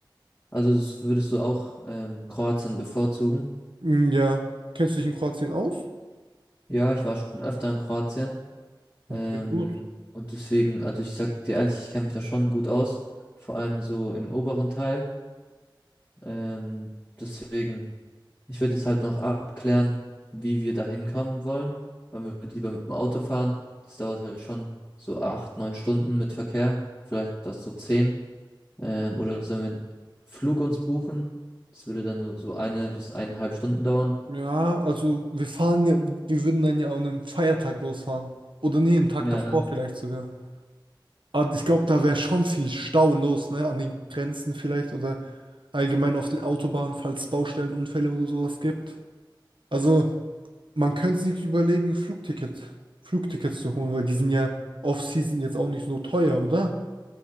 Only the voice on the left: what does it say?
also s- würdest du auch ähm, Kroatien bevorzugen?
Ja, ich war schon öfter in Kroatien.
Ähm,
und deswegen, also ich sag dir ehrlich, ich kenne mich da schon gut aus. Vor allem so im oberen Teil. Ähm, deswegen. Ich würde jetzt halt noch abklären, wie wir da hinkommen wollen, weil wir lieber mit dem Auto fahren. Das dauert halt schon so acht, neun Stunden mit Verkehr, vielleicht auch so zehn. Ähm, oder sollen wir einen Flug uns buchen? Das würde dann nur so eine bis eineinhalb Stunden dauern.
Ja.